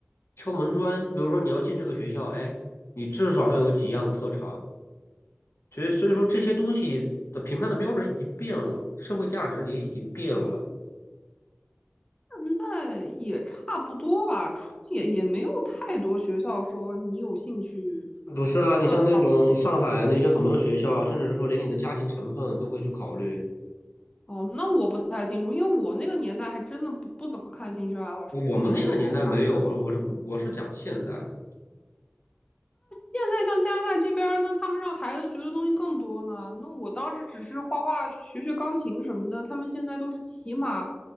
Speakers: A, on the left (about 80°); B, on the left (about 25°).
A: 敲门砖。你比如说，你要进这个学校，哎，你至少要有几样特长。所以，所以说这些东西的评判的标准已经变了，社会价值也已经变了。
B: 现在也差不多吧，出也也没有太多学校说你有兴趣
A: 不是啊，
B: 特长就
A: 你像那种上海那些很多学校，甚至是说连你的家庭成分都会去考虑。
B: 哦，那我不太清楚，因为我那个年代还真的不不怎么看兴趣爱好什么的，
A: 我我们那个年代没有，
B: 也没有什么加分项。
A: 我我是我是讲现代，
B: 现在像加拿大这边儿呢，他们让孩子学的东西更多呢。那我当时只是画画、学学钢琴什么的，他们现在都是骑马，